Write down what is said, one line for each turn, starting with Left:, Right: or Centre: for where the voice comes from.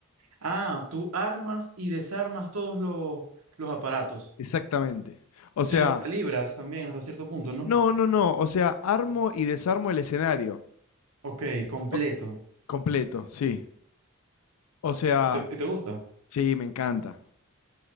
Right: Ah, tú armas y desarmas todos los, los aparatos
Left: Exactamente. O sea,
Right: y los calibras también hasta cierto punto, ¿no?
Left: no, no, no. O sea, armo y desarmo el escenario.
Right: Ok, completo.
Left: O- completo, sí. O sea,
Right: ¿Y te, y te gusta?
Left: sí, me encanta.